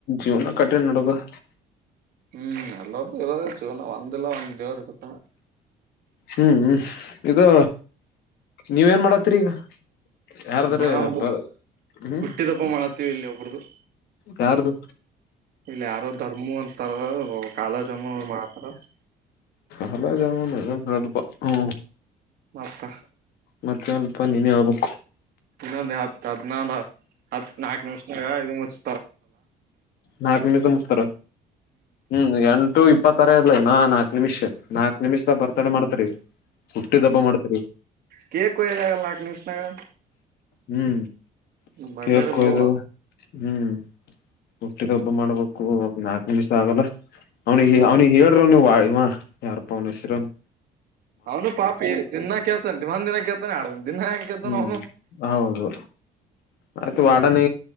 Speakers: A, on the left; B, on the right.
A: ಇವನ ಕಟ್ಟಿನ ನಾಡಿದ್ದಾಧೆ? <inaudible>
B: ಹ್ಮ್ ಎಲ್ಲೋರ್ದ ಎಲ್ಲಣ ವಂದಲ್ಲ ಒಂದ ದವರುತ
A: ಹ್ಮ್ ಹ್ಮ್ ಇದು ನೀವ ನ್ ಮಾಡತ್ತರಿ ಈಗ ಯಾರ್ದ್ರ
B: ನಾವು
A: ಬ ಹ್ಮ್
B: ಹುಟ್ಟಿದಬ್ಬ ಮಾಡ ಇಲ್ಲಿ ಒಬ್ರದು
A: ಯಾರ್ದು
B: ಇಲ್ಲಿ ಯಾರೋ ಧರ್ಮ ಅಂತಾರ ಇ ಕಾಲೋ ಜಮ್ಮುನು ಮಪರ
A: ಹಲ ಜಾಮಪ ಹ್ಮ
B: ಮತ್ತ
A: ಮತ್ತೆ ಅವಲ್ಪ ನೀನ್ನೇ ಆಗ್ಬೇಕು
B: ಇನ್ನೊಂದು ಹತ್ ಹದನಂದ ಹತ್ ನಾಲ್ಕು ನಿಮಿಷ ಇ ಮುಚ್
A: ನಾಲ್ಕ ಮ ಕಮಸ್ತಾರ ಹ್ಮ್ ಎಂಟು ಇಪ್ಪತ್ತರ ಅದಲೈ ನಾ ನಾಲ್ಕು ನಿಮಿಷ ನಾಕ್ ನಿಮಿಷದ ಬರ್ತಾಡೆ ಮಾಡ್ತರಿ ಹುಟ್ಟಿ ದಬ್ಬ ಮಾಡ್ತರಿ
B: ಕೇಕಯದಾಗಲ್ಲ ನಾಕ ನಿಷನಾಗ
A: ಹ್ಮ್
B: ಬಡ್ಡರ
A: ಕೇಕ್ ಕೊಯ್ದು
B: ಬಿಡುವ
A: ಹ್ಮ್ ಉಟ್ಟ್ ಹೊಬ್ಬ ಮಾಡ್ಬೇಕು ಒ ನಾಲ್ಕು ನಿಮಿಷ ಆಗಲ್ಲ ಅವ್ನಿಗೆ
B: ಹ್ಮ್
A: ಅವ್ನಿಗೆ ಹೇಳ್ರರು ನೀವ ಯಾರಪ್ಪನ ಹೆಸರನು
B: ಅವನು ಪಾಪಿ ದಿನಾ ಕೇಳ್ತಾನ ದಿವಾ ದಿನ ಕೇಳ್ತಾನೆ ಆಡ್ದನ್ ದಿನಾ ಹೆಂಗಗೆೇತಾನ
A: ಹ್ಮ್
B: ಅವನು
A: ಹೌದು ಆಯ್ತು
B: ಹ್ಮ್
A: ವಾಡನ